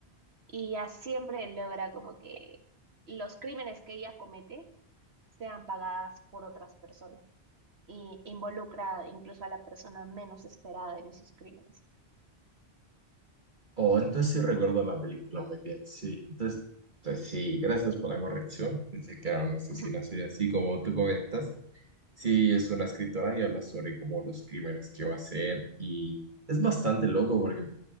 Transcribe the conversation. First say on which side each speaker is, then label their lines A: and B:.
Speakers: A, on the right (about 70°); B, on the right (about 45°).
A: Y ya siempre logra como que los crímenes que ella comete sean pagadas por otras personas. Y involucra incluso a la persona menos esperada en esos crímenes.
B: Oh, entonces sí recuerdo la película muy bien, sí. Entonces, entonces sí, gracias por la corrección. Pensé que era un asesino
A: <laughs>
B: serial, así como tú comentas. Sí, es una escritora y habla sobre como los crímenes que va a hacer y es bastante loco porque